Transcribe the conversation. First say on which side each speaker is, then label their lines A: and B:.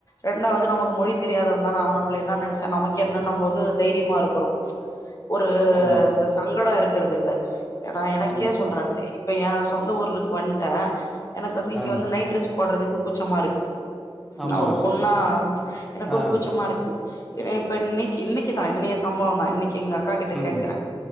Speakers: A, on the left (about 35°); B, in the centre.
A: ரெண்டாவது நமக்கு மொழி தெரியாதவ தா அவ நம்மள என்னா நெனச்சா நமக்கு என்னன்னு நம்ம வந்து தைரியமா இருக்குறோ ச் ஒரு
B: ஆமா,
A: இந்த சங்கடோ இருக்கிறது இல்ல ஏன்னா எனக்கே
B: ஆமா.
A: சொல்ற இப்ப ஏ சொந்த ஊருக்கு வந்துட்ட எனக்கு வந்து இங்க
B: ஆ,
A: வந்து நைட் ட்ரஸ் போடுறதுக்கு கூச்சமா இருக்கு
B: ஆமா.
A: நா ஒரு பொண்ணா ச் எனக்கு
B: ஆ,
A: ஒரு கூச்ச இருக்கு ஏ இப்ப இன்னைக்கு இன்னைக்கு தா இன்னய சம்பவோ தா இன்னைக்கு எங்க அக்கா கிட்ட
B: ம்,
A: கேக்குறே